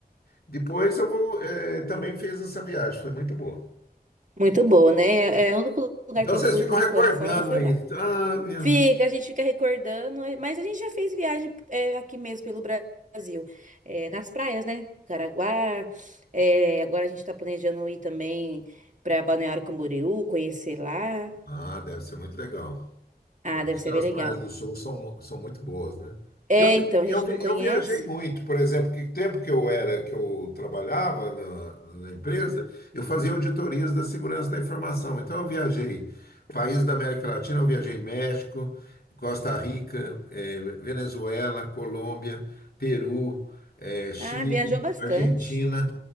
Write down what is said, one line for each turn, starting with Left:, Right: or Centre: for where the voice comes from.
Left: depois eu vou, eh, também fiz essa viagem, foi muito boa.
Right: muito boa, né? É, é, o único lugar
Left: Então
Right: que eu
Left: vocês
Right: fui
Left: ficam
Right: por
Left: recordando
Right: enquanto fora foi
Left: aí.
Right: lá.
Left: Ah, meu.
Right: Fica, a gente fica recordando, é, mas a gente já fez viagem é, aqui mesmo pelo Brasil, É, nas praias, né? Caraguá. é, agora a gente tá planejando ir também pra Balneário Camboriú, conhecer lá.
Left: Ah, deve ser muito legal.
Right: Ah, deve ser bem
Left: As
Right: legal.
Left: praias do Sul são, são muito boas, né?
Right: É,
Left: Eu,
Right: então, a
Left: eu,
Right: gente
Left: vi-
Right: não conhece.
Left: eu viajei muito, por exemplo, que tempo que eu era, que eu trabalhava na, na empresa, eu fazia auditorias da segurança da informação. Então eu viajei países da América Latina, eu viajei México, Costa Rica, eh, Venezuela, Colômbia, Peru, eh, Chile,
Right: Ah, viajou bastante.
Left: Argentina.